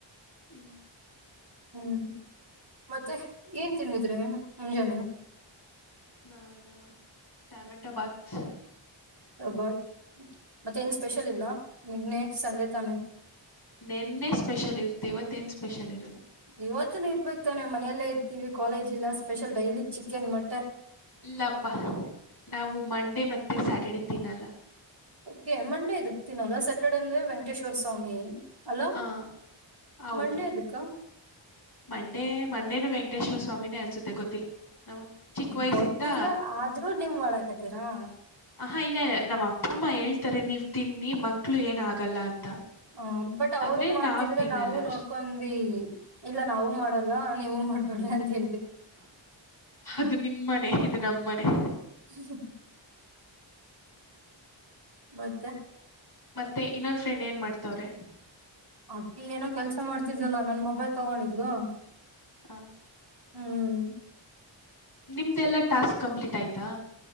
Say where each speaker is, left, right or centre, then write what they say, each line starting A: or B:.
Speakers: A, on the left; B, on the right.
A: ಹ್ಮ್
B: ಹ್ಮ್ ಮತ್ತೆ ಏನ್ ತಿಂದಿದ್ರೆ ಮುಂಜಾನೆ
A: ನಾ ನಾ ಟಮೆಟೊ ಬತ್
B: ಬಟ್ ಮತ್ತೆ ಏನ್ ಸ್ಪೆಷಲ್ ಇಲ್ಲ ನಿನ್ನೆ ಸಂಡೆ ತಾನೆ
A: ನೆನ್ನೆ ಸ್ಪೆಷಲ್ ಇರ್ತಿ ಇವತ್ತೇಏನ್ ಸ್ಪೆಷಲ್ ಇರಲ್ಲ
B: ಇವತ್ತು ಇರ್ಬೇಕಕ್ತಾನೆ ಮನೆಯಲ್ಲೇ ಇರ್ತೀವಿ ಕಾಲೇಜ್ ಇಲ್ಲ ಸ್ಪೆಷಲ್ ಡೈಲಿ ಚಿಕನ್ ಮ
A: ಇಲ್ಲಪ್ಪಾ ನಾವು ಮಂಡೇ ಮತ್ತೆ ಸ್ಯಾಟರ್ಡೆ ತಿನ್ನಲ್ಲ
B: ಓಕೆ ಮಂಡೇ ಇದದು ತಿನ್ನಲ್ಲ ಸ್ಯಾಟರ್ಡೆೇ ಅಂದ ವೆಂಕಟೇಶ್ವರ ಸ್ವಾಮಿ ಅಲ್ಲ
A: ಹಾ ಹೌದು
B: ಮಂಡೇ ಎದಕ್ಕ
A: ಮಂಡೇ ಮಂಡೇನು ಪಂಟೇಶ್ವ ಸ್ವಾಮಿನೇ ಅನ್ಸುತ್ತೆ ಗೊತ್ತಿಲ್ಲ ನಾವು ಚಿಕ್ಕ ವಯಸ್ಸಿಂದ
B: ಗೊತ್ತಿಲ್ಲ ಆದ್ರೂ ನಿಮ್ ಮಾಡಡಕತ್ತೀರಾ
A: ಹಾ ಇಲ್ಲ ನಮ್ಮ ಅಪ್ಪ ಅಮ್ಮ ಹೇಳ್ತಾರೆ ನೀವ್ ತಿನ್ನಿ ಮಕ್ಳು ಏನ ಆಗಲ್ಲ ಅಂತ
B: ಹ ಬಟ್ ಅವ್ರು
A: ಆದ್ರೆ
B: ಮಾಡ್ತಿದ್ರೆ
A: ನಾವ್ ತಿನ್ನಲ್ಲ
B: ನಾವವು ನೋಡ್ಕೊಂಡಿ
A: ಅಷ್ಟ್
B: ಇಲ್ಲ ನಾವವು ಮಾಡಲ್ಲ ನೀವು ಮಾಡ್ಬ ಬರ್ ಅಂತಿ
A: ಅದು ನಿಮ್ಮನೆ ಇದು ನಮ್ಮನೆ
B: ಹ್ಮ ಹ ಮತ್ತೆ
A: ಮತ್ತೆ ಇನ್ನೊಂದ ಫ್ರೆಂಡ್ ಏನ್ ಮಾಡ್ತವ್ರೆ
B: ಅಕ್ಕಿ ಏನೋ ಕೆಲ್ಸ ಮಾಡ್ತಿದ್ದಲ್ಲ ನನ್ ಮೊಬೈಲ್ ತಗೊಂಡಿದ್ಲು
A: ಹ
B: ಹ್ಮ್
A: ನಿಮ್ದಲ್ಲಾ ಟಾಸ್ಕ್ ಕಂಪ್ಲೀಟ್ ಆಯ್ತಾ